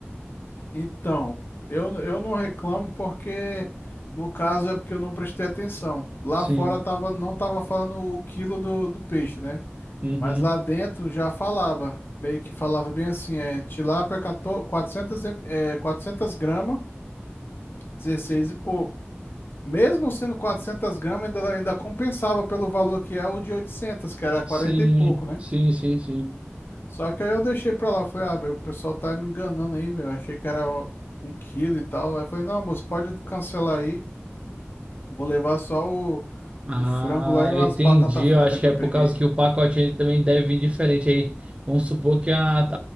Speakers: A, on the left; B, on the right.
A: Então, eu, eu não reclamo porque, no caso, é porque eu não prestei atenção. Lá
B: Sim,
A: fora tava, não tava falando o quilo do, do peixe, né?
B: uhum.
A: Mas lá dentro já falava. Meio que falava bem assim, é tilápia 14, 400, em- é, 400 gramas, 16 e pouco. Mesmo sendo 400 gramas, ainda, ainda compensava pelo valor que é o de 800 que era quarenta
B: Sim,
A: e pouco, né?
B: sim, sim, sim.
A: Só que aí eu deixei pra lá, falei, ah, velho, o pessoal tá me enganando aí, velho. eu Achei que era um quilo e tal. Aí eu falei, não, moço, pode cancelar aí. Vou levar só o,
B: Ah,
A: o frango lá e umas
B: eu entendi.
A: batata frita
B: Eu acho
A: que
B: que
A: eu
B: é
A: peguei.
B: por causa que o pacote ele também deve vir diferente. Aí, vamos supor que a,